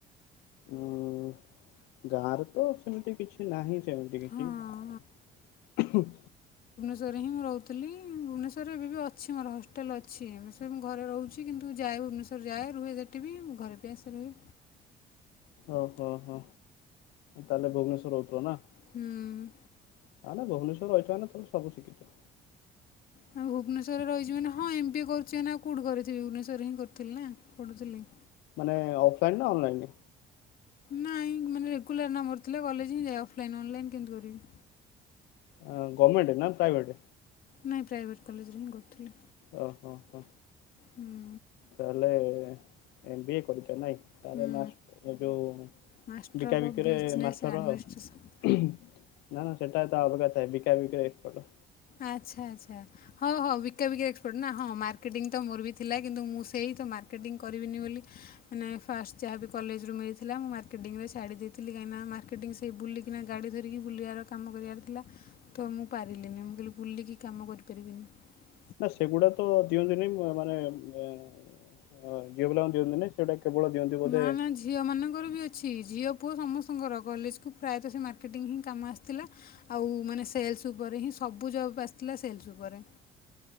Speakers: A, on the left; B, on the left.
A: ଉଁ ଗାଁରେ ତ ସେମିତି କିଛି ନାହିଁ। ଏମିତି କିଛି
B: ହଁ
A: ଆଉ
B: ଘରେ ହିଁ ମୁଁ ରହୁଥିଲି, ଭୁବନେଶ୍ୱରରେ ଏବେ ବି ଅଛି, ମୋର ହଷ୍ଟେଲ ଅଛି ମିଶେ ମୁଁ ଘରେ ରହୁଛି କିନ୍ତୁ, ଯାଏ ଭୁବନେଶ୍ୱର ଯାଏ, ରୁହେ ସେଠି ବି ମୁଁ, ଘରେ ବି ଆସେ ରହେ।
A: ଓହୋ ହୋ। ତାହେଲେ ଭୁବନେଶ୍ଵରେ ରହୁଥିଲ ନା, ତାହେଲେ
B: ହୁଁ
A: ଭୁବନେଶ୍ୱର୍ ରହିିଥିବ ନା ତମେ ସବୁ ଶିଖିଥିବ।
B: ଆଉ କ ଭୁବନେଶ୍ୱରରେ ରହିଚି ମାନେ ହଁ ଏମ୍ ବି ଏ କରିଚି ମାନେ ଆଉ କଉଠି କରିଥିବି, ଭୁବନେଶ୍ୱରରେ ହିଁ କରିଥିଲି ନା ପଢୁଥିଲି।
A: ମାନେ ଅଫଲାଇନ୍ ନା ଅନଲାଇନ୍?
B: ନାଇଁ ମାନେ ରେଗୁଲାର ନା ମୋର ଥିଲା। କଲେଜ ହିଁ ଯାଏ, ଅଫଲାଇନ୍ ଅନଲାଇନ୍ କେମତି କରିବି?
A: ଆ ଗମେଣ୍ଟ୍ ନା ପ୍ରାଇଭେଟ୍?
B: ନାଇଁ ପ୍ରାଇଭେଟ୍ କଲେଜରେ ହିଁ କରୁଥିଲି।
A: ଓହୋ ହୋ
B: ହୁଁ
A: ତାହେଲେ, ଏମ ବି ଏ କରିଚ ନାଇଁ। ତାହେଲେ
B: ହୁଁ
A: ମାସ୍ ଏ ଯୋଉ
B: ମାଷ୍ଟର
A: ବିକା
B: ଅଫ୍
A: ବିକିରେ
B: ବିଜନେସ୍
A: ମାଷ୍ଟର
B: ଆଡ଼ମିନିଷ୍ଟ୍ରେସନ୍
A: ଆଉ, ନା ନା ସେଟା ତା ଅପେକ୍ଷା ଥାଏ ବିକା ବିକି ରେ ଏକ୍ସପର୍ଟ।
B: ଆଚ୍ଛା ଆଚ୍ଛା। ହ ହଁ ବିକା ବିକିରେ ଏକ୍ସପଟ୍ ନା ହଁ ମାର୍କେଟିଂ ତ ମୋର ବି ଥିଲା। କିନ୍ତୁ ମୁଁ, ସେଇ ତ ମାର୍କେଟିଂ କରିବିନି ବୋଲି ମାନେ, ଫାଷ୍ଟ୍ ଯାହାବି କଲେଜରୁ ମିଳିଥିଲା। ମୁଁ ମାର୍କେଟିଂରେ ଛାଡ଼ି ଦେଇଥିଲି କାହିଁକି ନା ମାର୍କେଟିଂ ସେଇ ବୁଲି କିନା ଗାଡି ଧରିକି ବୁଲିବାର କାମ କରିବାର ଥିଲ। ତ ମୁ ପାରିଲିନି, ମୁଁ କହିଲି ବୁଲିକି କାମ କରିପାରିବିନି।
A: ନା ସେଗୁଡା ତ ଦିଅନ୍ତିନି ମାନେ ଝିଅ ପିଲାଙ୍କୁ ଦିଅନ୍ତିନି। କେବଳ ଦିଅନ୍ତି ବୋଧେ
B: ନା ନା ଝିଅ ମାନଙ୍କର ବି ଅଛି। ଝିଅ ପୁଅ ସମସ୍ତଙ୍କର କଲେଜକୁ ପ୍ରାୟତଃ ସେ ମାର୍କେଟିଙ୍ଗ୍ ହିଁ କାମ ଆସିଥିଲା। ଆଉ ମାନେ ସେଲ୍ସ ଉପରେ ହିଁ ସବୁ ଜବ୍ ଆସିଥିଲା ସେଲ୍ସ୍ ଉପରେ।